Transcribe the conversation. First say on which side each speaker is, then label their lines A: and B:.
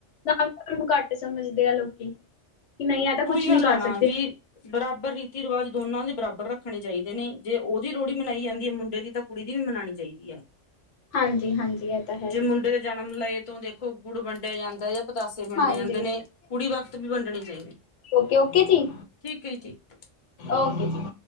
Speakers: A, on the left; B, on the left.
A: <unintelligible> ਨੂੰ ਘੱਟ ਸਮਝਦੇ ਆ ਲੋਕੀ ਕਿ ਨਈ ਐ ਤਾਂ
B: ਉਹੀ
A: ਕੁਛ
B: ਗੱਲ
A: ਨੀ ਕਰ
B: ਹੈ ਨਾ
A: ਸਕਦੇ।
B: ਵੀ ਬਰਾਬਰ ਰੀਤੀ ਰਿਵਾਜ ਦੋਨਾਂ ਦੇ ਬਰਾਬਰ ਰੱਖਣੇ ਚਾਈਦੇ ਨੇ ਜੇ ਉਦੀ ਲੋਹੜੀ ਮਨਾਈ ਜਾਂਦੀ ਏ ਮੁੰਡੇ ਦੀ ਤਾਂ ਕੁੜੀ ਦੀ ਵੀ ਮਨਾਣੀ ਚਾਈਦੀ ਏ
A: ਹਾਂਜੀ ਹਾਂਜੀ ਇਹ ਤਾਂ ਹੈ
B: ਜੇ
A: ਹੀ
B: ਮੁੰਡੇ ਦੇ ਜਨਮ ਲਾਏ ਤੋਂ ਦੇਖ ਖੋ ਗੁੜ ਵੰਡਿਆ ਜਾਂਦਾ ਜਾਂ ਪਤਾਸੇ ਵੰਡੇ
A: ਹਾਂਜੀ।
B: ਜਾਂਦੇ ਨੇ ਕੁੜੀ ਵਕਤ ਵੀ ਵੰਡਣੇ ਚਾਈਦੇ ਨੇ।
A: ਓਕੇ-ਓਕੇ ਜੀ।
B: ਠੀਕ ਐ ਠੀਕ।
A: ਓਕੇ ਜੀ।